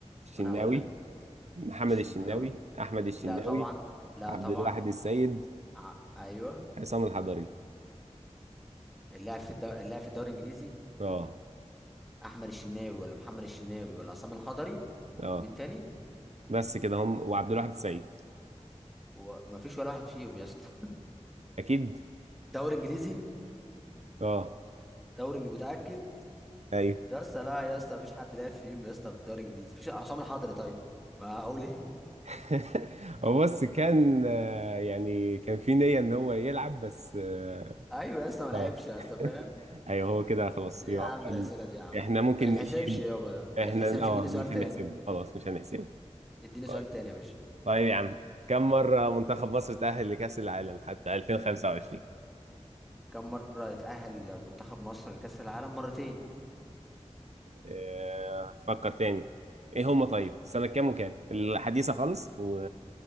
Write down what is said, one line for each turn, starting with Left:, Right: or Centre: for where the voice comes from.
Right: الشناوي
Centre: وانا هقول لك
Right: محمد
Centre: الشناوي
Right: الشناوي احمد الشناوي
Centre: لا طبعا لا
Right: عبد
Centre: طبعا
Right: الواحد السيد
Centre: ع... ايوه
Right: عصام الحضري
Centre: اللاعب في الدو... اللاعب في الدوري الانجليزي
Right: اه
Centre: احمد الشناوي ولا محمد الشناوي ولا عصام الحضري
Right: اه
Centre: مين تاني
Right: بس كده هم وعبد الواحد السيد
Centre: ومفيش ولا واحد فيهم يا اسطى
Right: اكيد
Centre: <laughs> دوري انجليزي
Right: اه
Centre: دوري إنج- متاكد
Right: ايوه
Centre: يا اسطى لا يا اسطى مفيش حد لعب فيهم يا اسطى في الدوري الانجليزي مفيش عصام الحضري طيب ما اقول ايه <laughs>
Right: <laughs> هو بص كان آه، يعني كان في نية ان هو يلعب بس اه
Centre: ايوه يا اسطى ما لعبش
Right: آه.
Centre: يا
Right: <laughs>
Centre: اسطى فاهم
Right: ايوه هو كده خلاص
Centre: ايه
Right: يبقى
Centre: يا عم
Right: هو
Centre: الاسئله
Right: ال-
Centre: دي يا عم
Right: احنا ممكن
Centre: ما يتحسبش
Right: نشيل
Centre: يابا ده ما
Right: احنا
Centre: يتحسبش
Right: اه
Centre: اديني سؤال
Right: مش هنحسبه
Centre: تاني
Right: خلاص مش هنحسبه
Centre: اديني
Right: طيب
Centre: سؤال تاني يا باشا
Right: طيب يا عم كم مرة منتخب مصر تأهل لكأس العالم حتى 2025
Centre: كم مره اتاهل منتخب مصر لكاس العالم مرتين
Right: آه، فكر تاني ايه هما طيب سنة كام وكام الحديثة خالص و